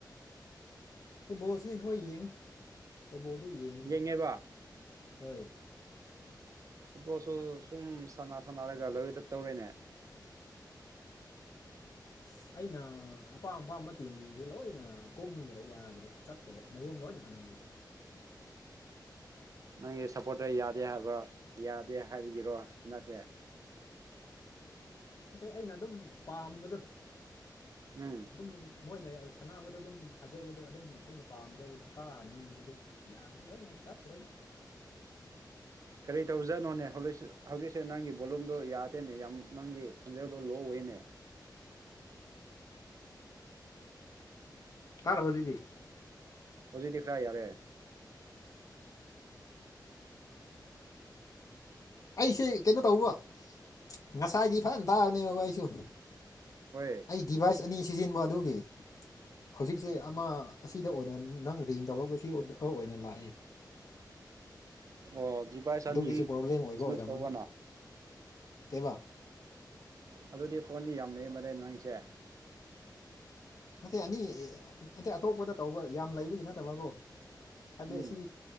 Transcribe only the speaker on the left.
ꯐꯨꯠꯕꯣꯜꯁꯤ ꯍꯣꯏ ꯌꯦꯡꯉꯤ ꯐꯨꯠꯕꯣꯜꯗ ꯌꯦꯡꯉꯤꯅ꯫
ꯍꯣꯏ꯫
ꯑꯁ ꯑꯩꯅ ꯑꯄꯥꯝ ꯑꯄꯥꯝꯕ ꯇꯦꯝꯁꯤꯡꯁꯦ ꯂꯣꯏꯅ ꯀꯨꯝꯈ꯭ꯔꯦ ꯌꯥꯗ꯭ꯔꯦ ꯆꯠꯈ꯭ꯔꯦ꯫ ꯃꯌꯨꯝꯗ ꯂꯣꯏ ꯑꯣꯏꯅ ꯍꯟꯅꯤꯡꯔꯦ꯫
ꯅꯠꯇꯦ ꯑꯩꯅ ꯑꯗꯨꯝ ꯄꯥꯝꯕꯗꯨ꯫
ꯑꯗꯨꯝ ꯃꯣꯏꯅ ꯁꯅꯕꯗ ꯑꯗꯨꯝ ꯐꯖꯕꯗ ꯑꯗꯨꯝ ꯑꯩꯅ ꯄꯥꯝꯖꯕꯗ ꯀꯥ ꯍꯟꯅꯤꯡꯕꯗ ꯑꯗꯨꯝ ꯌꯥꯗ꯭ꯔꯦ ꯅꯣꯏ ꯅꯪ ꯇꯠꯈ꯭ꯔꯦꯅ
ꯇꯔꯕꯖꯩꯗꯤ
ꯑꯩꯁꯦ ꯀꯩꯅꯣ ꯇꯧꯕ ꯉꯁꯥꯏꯗꯤ ꯐꯖꯅ ꯇꯥꯕꯅꯦꯕꯕ ꯑꯩꯁꯨ
ꯑꯩ ꯗꯤꯚꯥꯏꯁ ꯑꯅꯤ ꯁꯤꯖꯤꯟꯕ ꯑꯗꯨꯒꯤ ꯍꯧꯖꯤꯛꯁꯦ ꯑꯃ ꯑꯁꯤꯗ ꯑꯣꯏꯅ ꯅꯪ ꯔꯤꯡ ꯇꯧꯔ ꯁꯤ꯫ ꯑꯧ ꯑꯣꯏꯅ ꯂꯥꯛꯏ
ꯑꯗꯨꯒꯤꯁꯨ
ꯄ꯭ꯔꯣꯕ꯭ꯂꯦꯝ ꯑꯣꯏꯕ
ꯑꯣꯏꯔꯝꯃꯅꯤ
ꯀꯩꯕ
ꯃꯊꯦ ꯑꯅꯤ ꯅꯇꯩ ꯑꯇꯣꯞꯄꯗ ꯇꯧꯕ ꯌꯥꯝ ꯂꯩꯕꯒꯤ ꯅꯠꯇꯕꯀꯣ꯫ ꯍꯥꯏꯕꯗꯤ
ꯑꯁꯤ